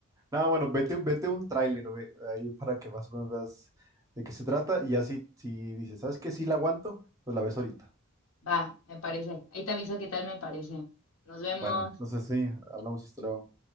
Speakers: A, on the right; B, on the left.
A: No, bueno, vete, vete un tráiler ve- ahí para que más o menos veas de qué se trata y ya si, si dices, ¿sabes qué? Sí la aguanto, pues la ves ahorita.
B: Va, me parece. Ahí te aviso qué tal me parece. Nos vemos.
A: Bueno, entonces sí, hablamos esto luego.